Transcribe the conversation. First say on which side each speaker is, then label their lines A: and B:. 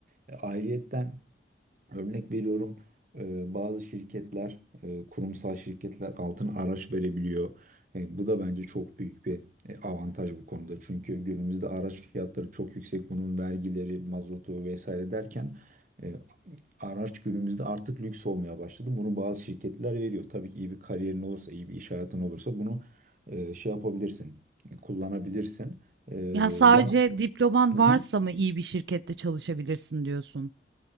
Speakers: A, on the right; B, on the right.
A: E, Ayrıyetten örnek veriyorum e, bazı şirketler, e, kurumsal şirketler altın araç verebiliyor. E, Bu da bence çok büyük bir e, avantaj bu konuda. Çünkü günümüzde araç fiyatları çok yüksek. Bunun vergileri, mazotu vesaire derken e, Araç günümüzde artık lüks olmaya başladı. Bunu bazı şirketler veriyor. Tabii ki iyi bir kariyerin olursa, iyi bir iş hayatın olursa bunu e, şey yapabilirsin, kullanabilirsin. E,
B: Yani sadece
A: yan,
B: diploman
A: Hı
B: varsa
A: hı.
B: mı iyi bir şirkette çalışabilirsin diyorsun?